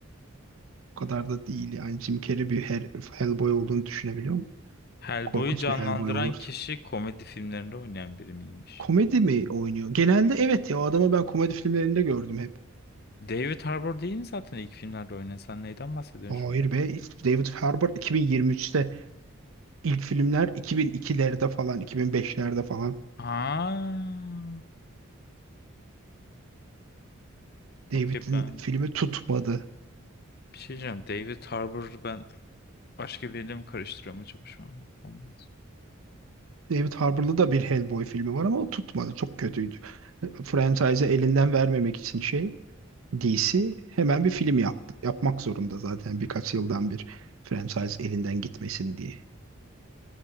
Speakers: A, on the right; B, on the left.
A: O kadar da değil yani Jim Carrey bir Hel- Hellboy olduğunu düşünebiliyor musun?
B: Hellboy'u
A: Korkunç
B: canlandıran
A: bir Hellboy olurdu.
B: kişi komedi filmlerinde oynayan biri miymiş?
A: Komedi mi oynuyor? Genelde evet ya o adamı ben komedi filmlerinde gördüm hep.
B: David Harbour değil mi zaten ilk filmlerde oynayan? Sen neyden bahsediyorsun
A: Hayır
B: şu an?
A: be David Harbour 2023'te ilk filmler 2002'lerde falan 2005'lerde falan
B: Ha.
A: David'in
B: Okey ben
A: filmi tutmadı.
B: bir şey diyeceğim. David Harbour'u ben başka biriyle mi karıştırıyorum acaba şu an? Olmaz.
A: David Harbour'da da bir Hellboy filmi var ama o tutmadı. Çok kötüydü. Franchise'ı elinden vermemek için şey DC hemen bir film yaptı. Yapmak zorunda zaten birkaç yıldan bir franchise elinden gitmesin diye.